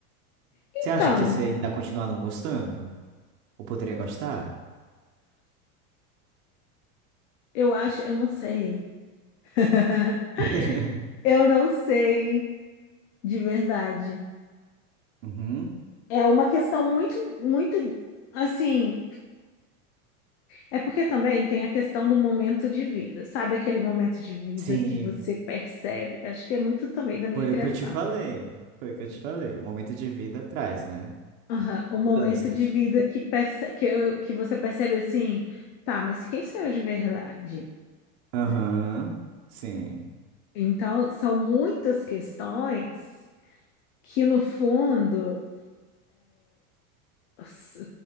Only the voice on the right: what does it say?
Você acha que você ainda continua não gostando? Ou poderia gostar?
<laughs>
Uhum.
Sim,
foi
o que eu te falei. Foi o que eu te falei. O momento de vida traz, né?
Mudanças.
Aham,
sim.